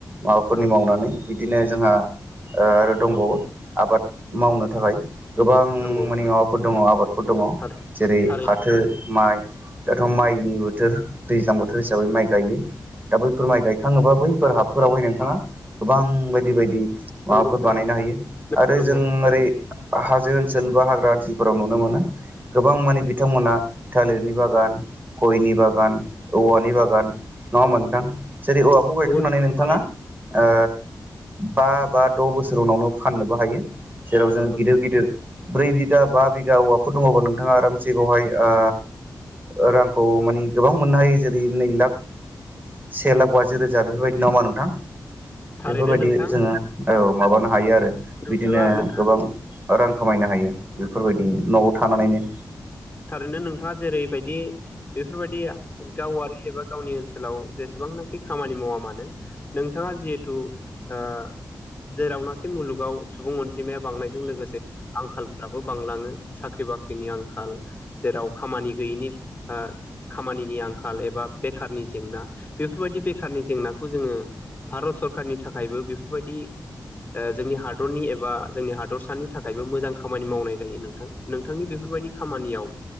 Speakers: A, on the right (about 25°); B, on the left (about 20°).
A: माबाफोरनि
B: औ
A: मावनानै बिदिनो जोंहा ओ आरो दंबावो आबाद।
B: नंगौ
A: मावनो थाखाय गोबां
B: नंगौ
A: माने माबाफोर दङ आबाद फोर दङ
B: थारै
A: जेरै
B: थारै
A: फाथो माइ
B: नंगौ
A: दाथ' माइनि बोथोर दैज्लां बोथोर हिसाबै माइ गायो। दा बैफोर माइ गायखाङोबा बैफोर हाफोरावहाय
B: औ
A: नोंथाङा गोबां बायदि बायदि माबाफोर
B: नंगौ नोंथां
A: बानायनो हायो आरो
B: नंगौ
A: जों ओरै हाजो ओनसोल बा हाग्रा ओनसोलफोराव नुनो मोनो। गोबां माने बिथांमोना थालिरनि बागान गयनि बागान औवानि बागान नङा होमबा नोंथां। जेरै औवा खौ गायखांनानै
B: नंगौ नोंथां
A: नोंथाङा
B: थारै
A: ओ बा बा द' बोसोर उनावनो फाननोबो हायो। जेराव जों
B: नंगौ
A: गिदिर
B: नोंथां
A: गिदिर ब्रै बिघा बा बिघा औवाफोर दङबा नोंथाङा आरामसे बेवहाय आ ओ रांखौ माने गोबां मोननो हायो जेरै नै लाख से लाख बाजि रोजा बेफोरबायदि नङा होमबा नोंथां।
B: थारैनो
A: बेफोरबायदि
B: नोंथां
A: जोङो औ माबानो हायो आरो
B: नोंथाङा
A: बिदिनो
B: नोंथांनि
A: गोबां रां खामायनो हायो बेफोरबायदि न'आव थानानैनो
B: थारैनो नोंथाङा जेरैबायदि बेफोरबायदिया गावारि एबा गावनि ओनसोलाव जेसेबांनो खि खामानि मावा मानो नोंथाङा जिहेथु ओ जेरावनाखि मुलुगाव सुबुं अनजिमाया बांनायजों लोगोसे आंखालफ्राबो बांलाङो साख्रि बाख्रिनि आंखाल जेराव खामानि गैयैनि ओ खामानिनि आंखाल एबा बेखारनि जेंना बेफोरबायदि बेखारनि जेंनाखौ जोङो भारत सरखारारनि थाखायबो बेफोरबायदि ओ जोंनि हादरनि एबा जोंनि हादरसानि थाखायबो मोजां खामानि मावनाय जायो नोंथां नोंथांनि बेफोरबायदि खामानियाव